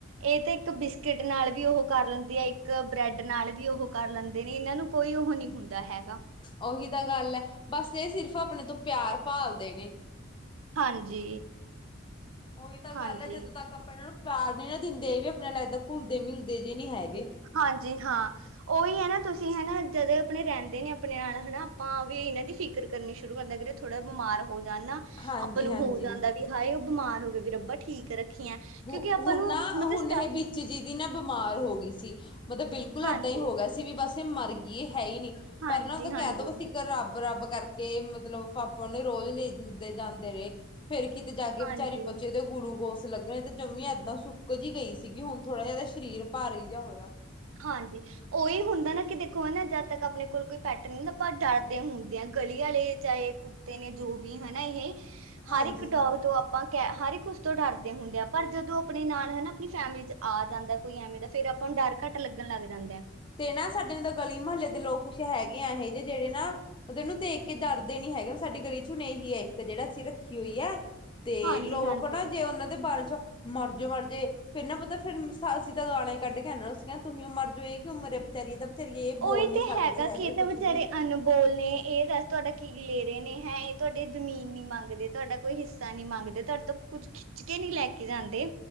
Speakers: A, on the right; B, on the left.
A: ਇਹ ਤੇ ਇੱਕ ਬਿਸਕਿਟ ਨਾਲ ਵੀ ਉਹ ਕਰ ਲੈਂਦੀ ਆ, ਇੱਕ ਬ੍ਰੈਡ ਨਾਲ ਵੀ ਉਹ ਕਰ ਲੈਂਦੇ ਨੇ, ਇਹਨਾਂ ਨੂੰ ਕੋਈ ਉਹ ਨਹੀਂ ਹੁੰਦਾ ਹੈ।
B: ਔ ਹੀ ਤਾ ਗੱਲ ਹੈ, ਬਸ ਇਹ ਸਿਰਫ਼ ਆਪਣੇ ਤੋਂ ਪਿਆਰ ਭਾਲਦੇ ਨੇ।
A: ਹਾਂਜੀ
B: ਉਹੀ ਤਾਂ
A: ਹਾਂਜੀ
B: ਗੱਲ ਹੈ ਜਦੋਂ ਤੱਕ ਆਪਾਂ ਇਹਨਾਂ ਨੂੰ ਪਿਆਰ ਨੀ ਨਾ ਦਿੰਦੇ, ਇਹ ਵੀ ਆਪਣੇ ਨਾਲ ਘੁੱਲਦੇ ਮਿਲਦੇ ਜੇ ਨਹੀਂ ਹੈਗੇ।
A: ਹਾਂਜੀ ਹਾਂ, ਔਹੀ ਹੈ ਨਾ ਤੁਸੀਂ ਹੈਨਾ ਜਦੋਂ ਆਪਣੇ ਰਹਿੰਦੇ ਨੇ ਆਪਣੇ ਨਾਲ ਹੈਨਾ, ਆਪਾਂ ਵੀ ਇਹਨਾਂ ਦੀ ਫਿਕਰ ਕਰਨੀ ਸ਼ੁਰੂ ਕਰਦੇ ਥੋੜ੍ਹਾ ਬਿਮਾਰ ਹੋ। ਜਾਂ ਨਾ
B: ਹਾਂਜੀ
A: ਆਪਾਂ ਨੂੰ
B: ਹਾਂਜੀ
A: ਹੋ ਜਾਂਦਾ ਵੀ ਹਾਏ ਔ ਬਿਮਾਰ ਹੋਗੇ ਫਿਰ ਆਪਾ ਠੀਕ ਰੱਖੀ ਐ
B: ਹੁ
A: ਕਿਉਂਕਿ ਆਪਾਂ
B: ਹੁਣ
A: ਨੂੰ
B: ਨਾ
A: ਮਤਲਬ
B: ਹੁਣ
A: ਸਟਾ
B: ਇਹ ਵਿੱਚ ਜੀ ਦੀ ਨਾ ਬਿਮਾਰ ਹੋ ਗਈ ਸੀ ਮਤਲਬ ਬਿਲਕੁਲ ਏਦਾਂ
A: ਹਾਂਜੀ
B: ਹੀ ਹੋ ਗਿਆ ਸੀ ਵੀ ਬਸ ਇਹ ਮਰ ਗੀ ਗੀ ਏ ਹੈ ਹੀ ਨੀ
A: ਹਾਂਜੀ
B: ਪਰ ਨਾ ਉਹਦਾ
A: ਹਾਂਜੀ
B: ਕਹਿ ਦੋ ਬਸ ਇੱਕ ਰੱਬ ਰੱਬ ਕਰਕੇ ਮਤਲਬ ਪਾਪਾ ਨੇ ਰੋਜ਼ ਲੈਂਦੇ ਜਾਂਦੇ ਰਹੇ ਫੇਰ ਕਿਤੇ ਜਾ ਕੇ
A: ਹਾਂਜੀ
B: ਵਿਚਾਰੀ ਬੱਚੇ ਦੇ ਗੁਲੂਕੋਜ਼ ਲੱਗਾ ਤੇ ਜੰਮੀ ਏਦਾਂ ਸੁੱਕ ਜੀ ਗਈ ਸੀਗੀ ਹੁਣ ਥੋੜ੍ਹਾ ਜਿਹਾ ਇਹਦਾ ਸਰੀਰ ਭਾਰੀ ਜਿਹਾ ਹੋਇਆ
A: ਹਾਂਜੀ ਉਹੀ ਹੁੰਦਾ ਨਾ ਕਿ ਦੇਖੋ ਹੈ ਨਾ ਜਦ ਤੱਕ ਆਪਣੇ ਕੋਲ ਕੋਈ ਪੈਟ ਨਹੀਂ ਹੁੰਦਾ ਪਰ ਡਰਦੇ ਹੁੰਦੇ ਆ ਗਲੀ ਵਾਲੇ ਚਾਹੇ ਕੁੱਤੇ ਨੇ ਜੋ ਵੀ ਹਨਾ ਇਹ ਹਰ
B: ਹਾਂਜੀ।
A: ਇੱਕ ਡੋਗ ਤੋਂ ਆਪ ਆਪਾਂ ਕਹਿ ਹਰ ਇੱਕ ਉਸ ਤੋਂ ਡਰਦੇ ਹੁੰਦੇ ਆਾਂ ਪਰ ਜਦੋਂ ਆਪਣੇ ਨਾਲ ਹਨਾ ਆਪਣੀ ਫੈਮਿਲੀ ਚ ਆ ਜਾਂਦਾ ਕੋਈ ਐਵੇਂ ਦਾ ਫਿਰ ਆਪਾਂ ਨੂੰ ਡਰ ਘੱਟ ਲੱਗ ਲੱਗ ਜਾਂ
B: ਤੇ ਨਾ ਸਾਡੇ ਮ ਗਲੀ ਮਹੱਲੇ ਦੇ ਲੋਕ ਕੁੱਛ ਹੈਗੇ ਆ ਇਹ ਜੇ ਜਿਹੜੇ ਨਾ ਉਹਦੇ ਇਹਨੂੰ ਦੇਖ ਕੇ ਡਰਦੇ ਨੀ ਹੈਗੇ ਸਾਡੀ ਗਲੀ ਚੋਂ ਨਹੀਂ ਹੀ ਇੱਕ ਜਿਹੜਾ ਅਸੀਂ ਰੱਖੀ ਹੋਈ ਹੈ ਤੇ
A: ਹਾਂਜੀ
B: ਲੋਕ
A: ਹਾਂਜੀ
B: ਨਾ ਜੇ ਉਹਨਾਂ ਦੇ ਬਾਰੇ ਚ ਮਰਜੇ ਮਰਜੇ ਫੇਿਰ ਨਾ ਪਤਾ ਫਿਰਰ ਸਸੀ ਤਾਂ ਗਾ ਲ ਕੱਢ ਕੇ ਨਾ ਸੀੀਆਂ ਤੁਸੀਂ ਮਰ ਜਾਓ ਇਹ ਕੀ ਉਮਰ ਹੈ ਵਿਚੇਾਰੀ ਦਾ ਵਿਚਾਰੀ ਤਾਂ ਇਹ ਬੋਲ
A: ਉਹੀ
B: ਨੀ
A: ਤੇ
B: ਸਕਦੇ
A: ਹੈਗਾ
B: ਹੈਗੇ
A: ਕਿ ਤਾਂ
B: ਕੁਛ
A: ਵਿਚਚਾਰੇ
B: ਵੀ
A: ਅਨਬੋਲ ਨੇ ਇਹ ਦੱਸ ਤੁਹਾਡਾ ਕੀ ਲੈ ਰਹੇ ਨੇ ਹੈਂ ਇਹ ਤੁਹਾਡੇ ਜ਼ਮੀਨ ਨਹੀਂੀ ਮੰਗਦੇ ਤੁਹਾਡਾ ਕੋਈ ਹਿੱਸਾ ਨਹੀਂ ਮੰਗਦੇ ਤੁਹਾਡੇ ਤੋਂ ਕੁਛ ਖਿੱਚ ਕੇ ਨਹੀਂ ਲੈ ਕੇ ਜਾਂਦੇ